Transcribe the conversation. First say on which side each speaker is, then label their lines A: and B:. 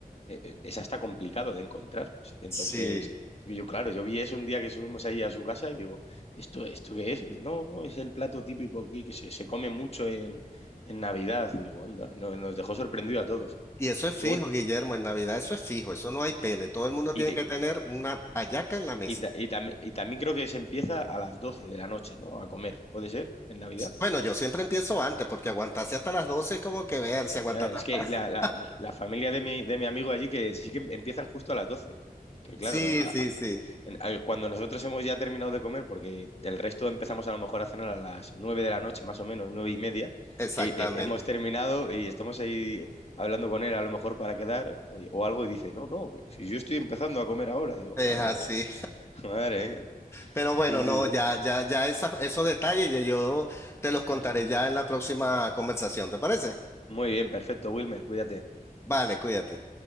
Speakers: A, on the left (about 40°); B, on the left (about 15°).
A: eh, eh, esa está complicado de encontrar. Entonces,
B: Sí.
A: y yo, claro, yo vi eso un día que subimos ahí a su casa y digo, ¿esto, esto qué es? Y, No, no, es el plato típico aquí que se, se come mucho en, en Navidad. Y digo, anda, no- nos dejó sorprendido a todos.
B: Y eso es fijo,
A: Luego,
B: Guillermo, en Navidad eso es fijo,
A: mm,
B: eso no hay pele, todo el mundo
A: y,
B: tiene
A: te-
B: que tener una hallaca en la mesa.
A: Y, ta- y tam- y también creo que se empieza a las 12 de la noche, ¿no? A comer, ¿puede ser? ¿En Navidad?
B: Bueno, yo siempre empiezo antes porque aguantarse hasta las 12 es como que ver, si aguanta
A: Ah,
B: tanta.
A: es que
B: <laughs>
A: la, la- mi- la familia de mi, de mi amigo allí que sí que empiezan justo a las doce Que claro,
B: Sí,
A: no, a-
B: sí,
A: a-
B: sí,
A: en- a- cuando nosotros hemos ya terminado de comer, porque el resto empezamos a lo mejor a cenar a las 9 de la noche, más o menos, nueve y media,
B: exactamente.
A: eh, eh, hemos terminado y estamos ahí hablando con él a lo mejor para quedar o, o algo y dice, no, no, si yo estoy empezando a comer ahora, digo,
B: Es
A: ándale,
B: así.
A: ma- <laughs> madre mía.
B: Pero
A: Sí,
B: bueno,
A: sí,
B: no,
A: sí.
B: ya, ya, ya esa- esos detalles ya yo te los contaré
A: Ah.
B: ya en la próxima conversación, ¿te parece?
A: Muy bien, perfecto, Wilmer, cuídate.
B: Vale, cuídate.